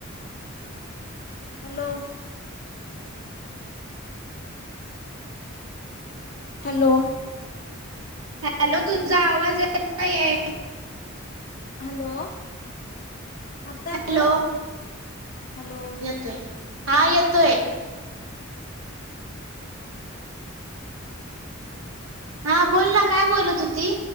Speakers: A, on the left; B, on the right.
A: hello hello
B: hello तुझा आवाज येत नाहीये.
A: हॅलो आता येतोय?
B: हॅलो
A: हॅलो
B: तोय हा येतोय. हा बोल ना काय बोलत होती.